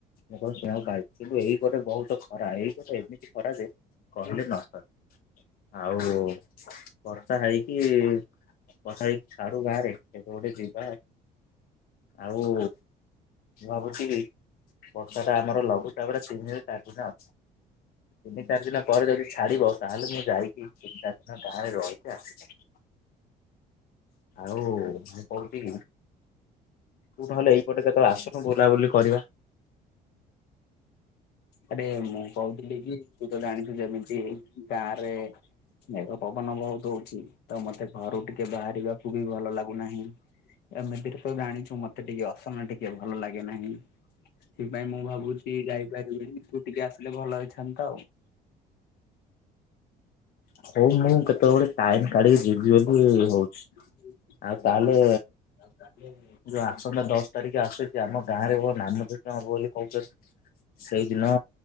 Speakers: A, on the left; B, on the left.
A: ମୁ କଣ ଶୁଣିବାକୁ ପାଇଛି। କିନ୍ତୁ ଏଇପଟେ ବହୁତ ଖରା। ଏଇ ପଟେ ଏମିତି ଖରା ଯେ କହିଲେ ନସରେ। ଆଉ ବର୍ଷା ହେଇକି ବର୍ଷା ହେଇକି ଛାଡୁ ଗାଁ ରେ। କେବେ ଗୋଟେ ଯିବା। ଆଉ ମୁଁ ଭାବୁଛି ବର୍ଷା ଟା ଆମର ଲଘୁ ଚାପରେ ତିନ ରୁ ଦିନ ଚାରି ଦିନ। ତିନି, ଚାରି ଦିନ ପରେ ଯଦି ଛାଡିବ ତାହେଲେ ମୁଁ ଯାଇକି ତିନି, ଚାରି ଦିନ ଗାଁରେ ରହିକି ଆସିପାରିବି। ଆଉ ମୁଁ କହୁଥିଲି ତୁ ନହେଲେ ଏଇପଟେ କେତେବେଳେ ଆସୁନୁ ବୁଲାବୁଲି କରିବା।
B: ଆରେ ମୁଁ କହୁଥିଲି କି ତୁ ତ ଜାଣିଛୁ ଯେମିତି ଗାଁରେ ମେଘ ପବନ ବହୁତ ହଉଚି। ତ ମତେ ଘରୁ ଟିକେ ବାହାରିବାକୁ ବି ଭଲ ଲାଗୁନାହିଁ। ଏମିତିରେ ତୁ ଜାଣିଚୁ ମତେ ଟିକେ ଅସନା ଟିକେ ଭଲ ଲାଗେ ନାହିଁ। ସେଥିପାଇଁ ମୁଁ ଭାବୁଚି ଯାଇ ପାରିବିନି ତୁ ଟିକେ ଆସିଲେ ଭଲ ହେଇଥାନ୍ତା ଆଉ।
A: ହଉ ମୁଁ କେତେବେଳେ ଗୋଟେ ଟାଇମ କାଢି଼ କି ଯିବି ବୋଲି ହଉଚି।
B: <inaudible>
A: ଆଉ ତାହେଲେ
B: ଆଉ ତାହେଲେ
A: ଯୋଉ ଆସନ୍ତା ଦଶ ତାରିଖ ଆସୁଛି, ଆମ ଗାଁରେ ନାମ କୀର୍ତ୍ତନ ହବ ବୋଲି କହୁଛନ୍ତି। ସେଇଦିନ